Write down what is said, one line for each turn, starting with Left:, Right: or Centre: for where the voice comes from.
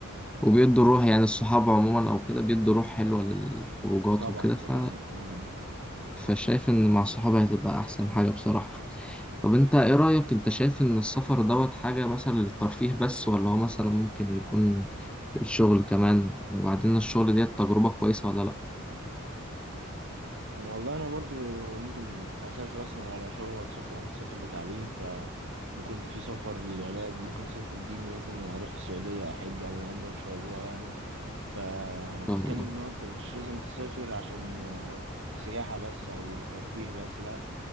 Centre: وبيدوا روح يعني الصحاب عموما أو كده بيدوا روح حلوة للخروجات
Right: طبعا
Centre: وكده
Right: طبعا
Centre: ف...
Right: مم.
Centre: فشايف إن مع صحابي هتبقى أحسن حاجة بصراحة طب أنت إيه رأيك أنت شايف إن السفر دوت حاجة مثلا للترفيه بس ولا هو مثلا ممكن يكون للشغل كمان وبعدين الشغل ديت تجربة كويسة ولا لأ؟ إن
Right: والله انا برضو ممكن اسافر اصلا على شغل ولا سفر ممكن اسافر لتعليم ف ممكن في سفر للعلاج ممكن اسافر ديني مثلا اروح السعوديه احج اعمل عمره ان شاء الله يعني فبتكلم
Centre: شاء الله
Right: ان هو انت مش لازم تسافر عشان آه، سياحه بس او ترفيه بس لا